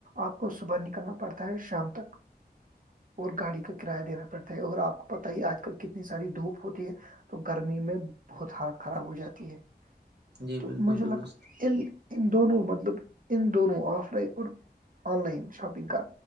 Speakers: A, on the right (about 55°); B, on the right (about 85°).
A: آپ کو صبح نکلنا پڑتا ہے شام تک اور گاڑی کا کرایہ دینا پڑتا ہے اور آپ کو پت ہی آج کل کتنی ساری دھوپ ہوتی ہے تو گرمی میں بہت ہالط خراب ہو جاتی ہے
B: جی
A: تو
B: بالکل
A: مجھے
B: درست
A: لگل ان دونوں مطلب ان دونوں آف لائن اور آن لائن شاپنگ کا